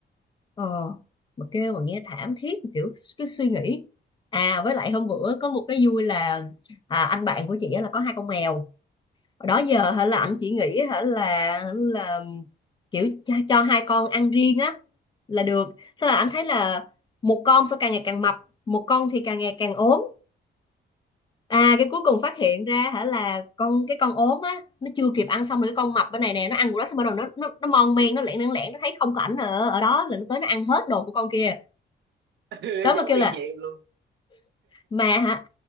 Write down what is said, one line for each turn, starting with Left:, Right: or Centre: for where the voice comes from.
Left: ờ mà kêu mà nghe thảm thiết kiểu cái suy nghĩ à với lại hôm bữa có một cái vui là à, anh bạn của chị á là có hai con mèo Hồi đó giờ hả là anh chỉ nghĩ hả là là kiểu cho, cho hai con ăn riêng á là được sao là anh thấy là một con sao càng ngày càng mập một con thì càng ngày càng ốm À cái cuối cùng phát hiện ra hả là con cái con ốm á nó chưa kịp ăn xong rồi cái con mập bên này nè nó ăn của nó xong bắt đầu nó nó nó mon men nó lẻn lẻn lẻn nó thấy không có ảnh ở ở đó là nó tới nó ăn hết đồ của con kia
Right: <laughs>
Left: đó mà
Right: giống
Left: kêu
Right: y
Left: là
Right: như em luôn
Left: mà hả